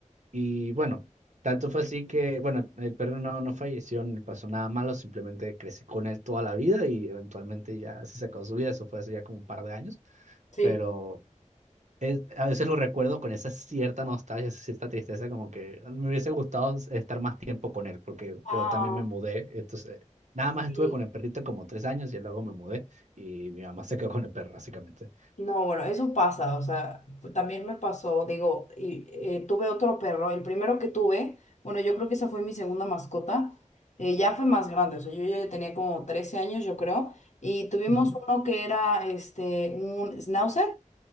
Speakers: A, on the right; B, on the left.
A: Y bueno, tanto fue así que, bueno, el perro no, no falleció, ni le pasó nada malo, simplemente crecí con él toda la vida y eventualmente ya se sacó su vida, eso fue hace ya como un par de años,
B: sí,
A: pero es- a veces lo recuerdo con esa cierta nostalgia, esa cierta tristeza, como que me hubiese gustado estar más tiempo con él, porque
B: ah,
A: yo también me mudé, entonces nada más
B: sí.
A: estuve con el perrito como tres años y luego me mudé y mi mamá se quedó con el perro, básicamente.
B: No, bueno, eso pasa, o sea, también me pasó, digo, y, eh, tuve otro perro, el primero que tuve, bueno, yo creo que esa fue mi segunda mascota, eh, ya fue más grande, o sea, yo ya tenía como 13 años, yo creo, y tuvimos
A: Ujú.
B: uno que era, este, un schnauzer,